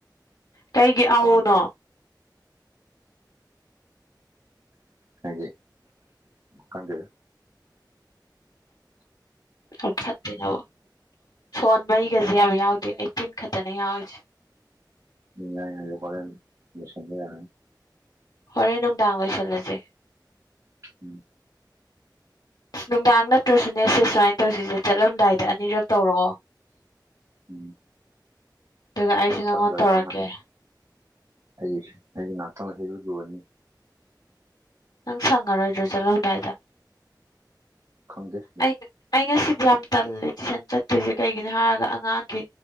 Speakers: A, on the left; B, on the right.
A: ꯀꯩꯒꯤ ꯑꯧꯅꯣ
B: ꯀꯃꯥꯏꯅ ꯇꯧ ꯍꯥꯏꯗꯤ ꯈꯪꯗꯦꯗ
A: <unintelligible> ꯐꯣꯟ ꯃꯩꯒꯁꯦ ꯌꯥꯝ ꯌꯥꯎꯗꯦ ꯑꯦꯠꯇꯤꯟ ꯈꯛꯇꯅꯦ ꯌꯥꯎꯔꯤꯁꯦ
B: <unintelligible> ꯍꯣꯔꯦꯜ ꯂꯣꯏꯁꯤꯟꯕꯥ ꯌꯥꯔꯥꯅꯤ
A: ꯍꯣꯔꯦꯟ ꯅꯨꯡꯗꯥꯡ ꯂꯣꯏꯁꯜꯂꯁꯦ
B: ꯎꯝ
A: ꯅꯨꯡꯗꯥꯡ ꯅꯠꯇ꯭ꯔꯁꯨꯅꯦꯁꯦ ꯁꯨꯃꯥꯏꯅ ꯇꯧꯁꯤꯁꯦ ꯆꯠꯂꯝꯗꯥꯏꯗ ꯑꯅꯤꯔꯛ ꯇꯧꯔꯛꯑꯣ
B: ꯎꯝ
A: ꯑꯗꯨꯒ ꯑꯩꯁ ꯅꯪꯉꯣꯟ
B: ꯆꯪꯗ꯭ꯔꯒ
A: ꯇꯧꯔꯛꯀꯦ
B: <unintelligible>
A: ꯅꯪ ꯁꯪꯉꯔꯣꯏꯗ꯭ꯔꯣ ꯆꯠꯂꯝꯗꯥꯏꯗ
B: ꯈꯪꯗꯦ
A: ꯑꯩ ꯑꯩ ꯉꯁꯤꯗꯤ ꯌꯥꯝ ꯇꯜꯂꯦ ꯇꯨꯏꯁꯟ ꯆꯠꯇ꯭ꯣꯏꯔꯤꯁꯦ ꯀꯩꯒꯤꯅꯣ ꯍꯥꯏꯔꯒ ꯑꯉꯥꯡꯒꯤ